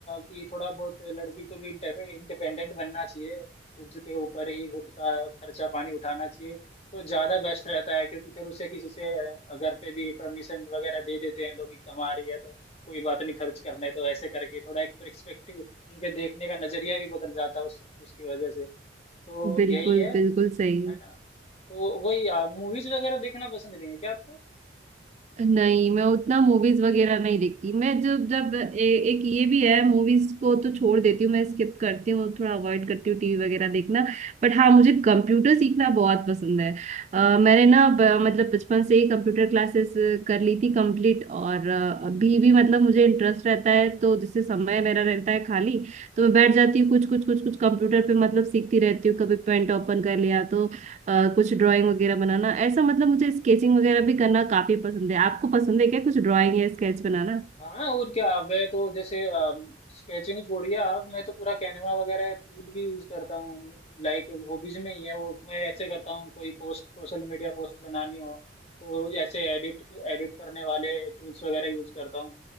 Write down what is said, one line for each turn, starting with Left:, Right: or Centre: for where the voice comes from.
Left: कि थोड़ा बहुत लड़की को भी इंडिपेंडेंट बनना चाहिए खुद के ऊपर ही खुद का खर्चा पानी उठाना चाहिए तो ज्यादा बेस्ट रहता है क्योंकि फिर उसे किसी से अ, घर पे भी परमिशन वगैरह दे देते हैं लोग कि कमा रही है तो कोई बात नहीं खर्च करने दो ऐसे करके थोड़ा एक पर्सपेक्टिव उनके देखने का नजरिया भी बदल जाता है उस उसकी वजह से तो
Right: बिल्कुल
Left: यही है
Right: बिल्कुल सही
Left: है ना तो वही मूवीज वगैरह देखना पसंद नहीं है क्या आपको
Right: नहीं मैं उतना मूवीज वगैरह नहीं देखती मैं जब जब ए, एक ये भी है मूवीज को तो छोड़ देती हूँ मैं स्किप करती हूँ थोड़ा अवॉइड करती हूँ टीवी वगैरह देखना बट हाँ मुझे कंप्यूटर सीखना बहुत पसंद है अ, मैंने ना ब- मतलब बचपन से ही कंप्यूटर क्लासेस कर ली थी कंप्लीट और अ, अभी भी मतलब मुझे इंटरेस्ट रहता है तो जिससे समय मेरा रहता है खाली तो मैं बैठ जाती हूँ कुछ कुछ कुछ कुछ कंप्यूटर पे मतलब सीखती रहती हूँ कभी पेंट ओपन कर लिया तो अ, कुछ ड्राइंग वगैरह बनाना ऐसा मतलब मुझे स्केचिंग वगैरह भी करना काफी पसंद है आपको पसंद है क्या कुछ ड्राइंग या स्केच बनाना
Left: हाँ और क्या मैं तो जैसे स्केचिंग छोड़िए आप मैं तो पूरा कैनवा वगैरह टूल भी यूज करता हूँ लाइक हॉबीज में ही है वो मैं ऐसे करता हूँ कोई पोस्ट सोशल मीडिया पोस्ट बनानी हो तो ऐसे एडिट एडिट करने वाले टूल्स वगैरह यूज करता हूँ